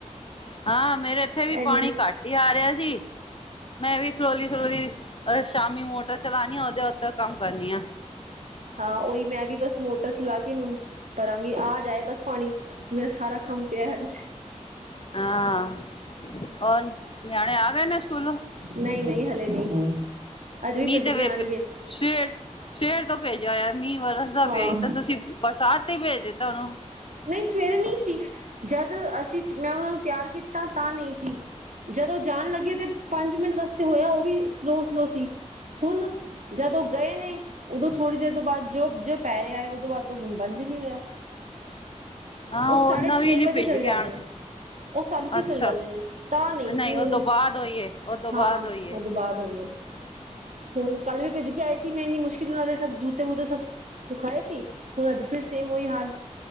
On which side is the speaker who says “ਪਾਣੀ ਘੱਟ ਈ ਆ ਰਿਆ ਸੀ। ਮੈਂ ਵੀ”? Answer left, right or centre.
Left